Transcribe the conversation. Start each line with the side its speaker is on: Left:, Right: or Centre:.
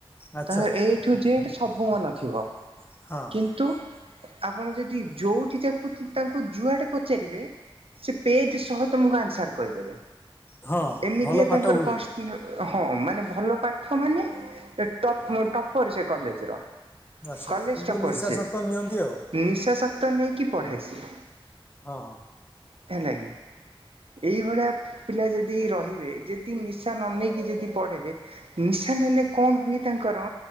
Left: ଆଚ୍ଛା
Right: ତାଙ୍କର ଏଇ ଏ ଠୁ ଜେଡ ସବୁ ମନ ଥିବ
Left: ହଁ
Right: କିନ୍ତୁ। ଆପଣ ଯଦି ଯୋଉଠି ତାଙ୍କୁ ଯୁଆଡେ ପଚାରିବେ ସେ ପେଜ ସହ ତମକୁ ଆନ୍ସର କହିଦେବେ।
Left: ହଁ
Right: ଏମିତିଆ
Left: ଭଲ ପାଠ
Right: ତାଙ୍କର
Left: ହୁଏ
Right: କଷ୍ଟ ହଁ ମାନେ ଭଲ ପାଠ ମାନେ ଟପର ସେ କଲେଜ ର।
Left: ଆଚ୍ଛା
Right: କଲେଜ
Left: କିନ୍ତୁ
Right: ଟପର
Left: ନିଶା
Right: ସେ
Left: ସତ ନିଅନ୍ତି ଆଉ
Right: ନିଶାସକ୍ତ ନେଇକି ପଢେ ସେ।
Left: ହଁ ହଁ।
Right: ହେଲା କିି। ଏଇଭଳିଆ ପିଲା ଯଦି ରହିବେ ଯଦି ନିଶା ନ ନେଇକି ଯଦି ପଢ଼େ ନିଶା ନେଲେ କଣ ହୁଏ ତାଙ୍କର।